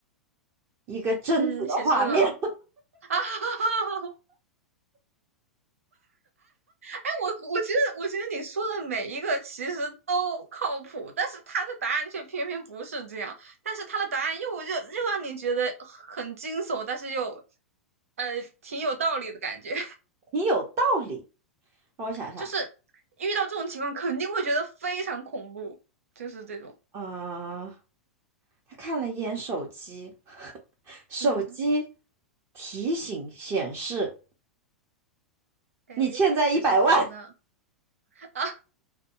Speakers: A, on the right; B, on the right.
A: 一个贞子的画面，
B: 嗯，显示了啊！<laughs> 哎，我我觉得，我觉得你说的每一个其实都靠谱，但是他的答案却偏偏不是这样，但是他的答案又又又让你觉得很惊悚，但是又呃挺有道理的感觉。
A: <laughs> 你有道理。让我想一下，
B: 就是遇到这种情况，肯定会觉得非常恐怖，就是这种。
A: 嗯、他看了一眼手机，<laughs> 手机
B: 嗯嗯，
A: 提醒显示
B: 哎，
A: 你欠债一百万，
B: 显示什么呢？
A: <laughs>
B: 啊，